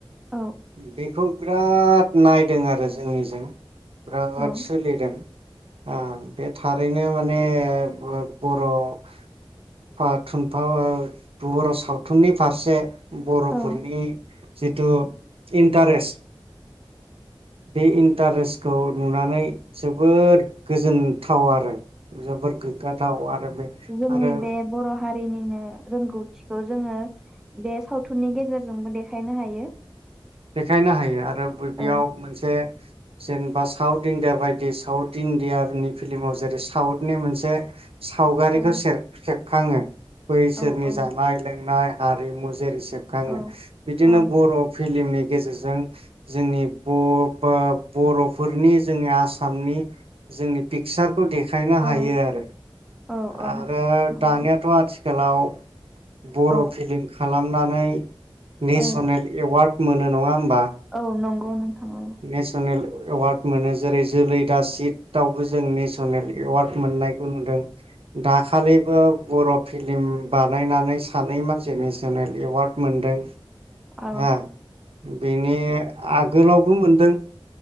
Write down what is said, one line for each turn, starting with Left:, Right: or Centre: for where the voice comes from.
Centre: औ
Right: बेखौ बिराद नायदों आरो जोंनिजों। बिराद
Centre: औ
Right: सोलिदों। ओ बे थारैनो माने ब-बर' थुफा थुनफा ओ बर' सावथुननि फारसे बर'फोरनि
Centre: औ
Right: जिथु इन्टारेस्ट बे इन्टारेस्टखौ नुनानै जोबोद गोजोनथाव आरो। जोबोर गोग्गाथाव आरो बे
Centre: नि
Right: आरो
Centre: बे बर' हा हारिनिनो रोंगौथिखौ जोङो बे सावथुननि गेजेरजोंबो देखायनो हायो।
Right: देखायनो हायो आ आरो
Centre: औ
Right: बेयाव मोनसे जेनेबा साउथ इण्डिया बायदि साउथ इण्डिया नि फिल्माव जेरै साउथनि मोनसे सावगारिखौ
Centre: औ
Right: सेर सेेब खाङो बैसोरनि
Centre: औ औ
Right: जानाय लोंनाय हारिमु जेरै सेबखाङो
Centre: औ
Right: बिदिनो
Centre: औ
Right: बर' फिलिमनि गेजेरजों जोंनि बर'फ्रा बर'फोरनि जोंनि आसामनि जोंनि पिकचार खौ देखायनो हायो
Centre: औ
Right: आरो।
Centre: औ औ
Right: आरो
Centre: नंगौ
Right: दानियाथ' आथि थिखालाव बर'
Centre: औ
Right: फिलिम खाल खालामनानै। नेसनेल
Centre: औ
Right: एवार्ड मोनो नङा होम
Centre: औ नंग ग नोंथां। औ
Right: नेसनेल एवार्ड मोनो जेरै जोलै दासितआवबो जों नेसनेल एवार्ड मोननायखौ नुदों। दाखालिबो बरफ फिल्म बानायनानै सानै मानसि नेसनेल एवार्ड मोनदों।
Centre: औ
Right: आं बेनि आग गोलाव बो मोनदों